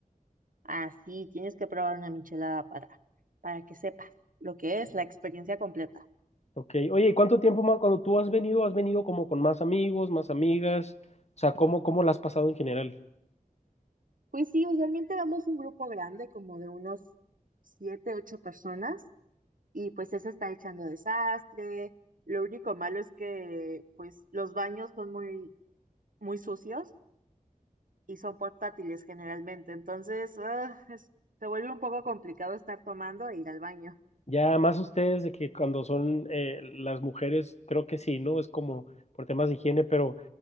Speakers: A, on the right; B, on the left.
A: Ah, sí, tienes que probar una michelada para, para que sepas lo que es la experiencia completa.
B: Ok, oye, ¿y cuánto tiempo más cuando tú has venido? ¿Has venido como con más amigos, más amigas? O sea, ¿cómo, cómo la has pasado en general?
A: Pues sí, usualmente vamos un grupo grande, como de unos siete, ocho personas, y pues eso está echando desastre. Lo único malo es que pues los baños son muy, muy sucios y son portátiles generalmente, entonces ah, es- se vuelve un poco complicado estar tomando e ir al baño.
B: Ya más ustedes de que cuando son eh, las mujeres, creo que sí, ¿no? Es como por temas de higiene, pero